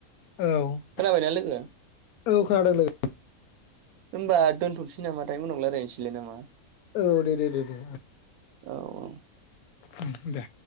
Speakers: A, on the left; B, on the right.
A: औ।
B: खोनाबायना लोगो?
A: औ खोनादों लोगो।
B: होमबा दोनथ'नोसै नामाथाय उनाव रायजायनोसैलाय नामा?
A: औ दे - दे - दे
B: औ औ
A: ओं दे।